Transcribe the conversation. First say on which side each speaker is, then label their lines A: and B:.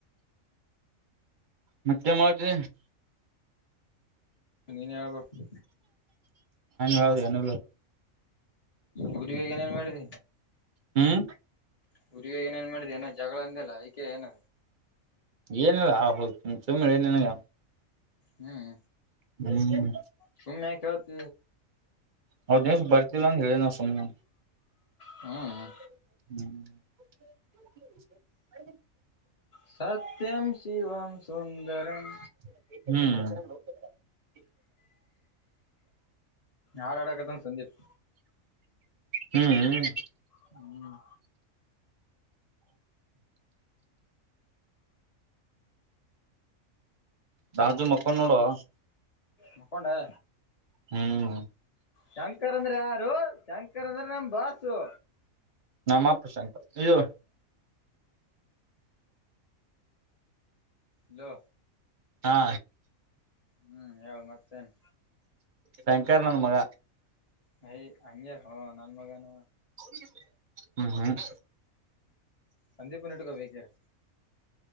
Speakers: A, on the right; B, on the left.
A: ಮತ್ತೆಮದು
B: ನೀನ್ ಹೇಳ್ಬೇಕು
A: ಹೌದು ಅನ
B: ಗುರಿರಿಗೆ ಏನೇನ್ ಮಾಡಿದೆ
A: ಹ್ಮ್
B: ಹುರಿಗ ಏನೇನ್ ಮಾಡಿದೆ ಏನ ಜಗಳಂದಲ್ಲಾ ಈಕೆಏನ
A: ಏನಲ್ಲ ಹೌ ಚುಮಲ್ಲ ನನಗ
B: ಹ್ಮ್
A: ಹ್ಮ್
B: ಸುಮ್ಮ್ಯಾ ಕತ
A: ಹೌ ದಿವಸ ಬರ್ತಿಲ್ಲ ಅಂತ ಹೇಳನ ಸುಮ್ನೆ
B: ಹ್ಮ್
A: ಹ್ಮ್
B: ಸತ್ಯಂ ಶಿವಂ ಸುಂದರಂ
A: ಹ್ಮ್
B: ಹಾಳಾಡಕದಂದು ಸಂದೀಪ್
A: ಹ್ಮ್
B: ಹ್ಮ್
A: ರಾಜು ಮಕ್ಕಳ ನೋಡುುವ
B: ಮಕ್ಕೊಂಡಂಡ
A: ಹ್ಮ್
B: ಶಂಕರ್ ಅಂದ್ರೆ ಯಾರು ಶಂಕರ್ ಅಂದ್ರೆ ನಮ ಬಾಸು
A: ನಮ್ಮ ಪ್ರು ಶಂಕರ್ ಇದು
B: ಇಲ
A: ಹಾ
B: ಹ್ಮ್ ಹೇಳ ಮತ್ತೇನ್
A: ಶಂಕರ್ ನಂದ ಮಗ
B: ಹ ಅ ಹ ನಾನ ಮಗಾನ
A: ಹ್ಮಞ ಹ್ಮ
B: ಸಂದೀಪನ್ ಇಟ್ಕೋ ಬೇಕಿದ್ರೆ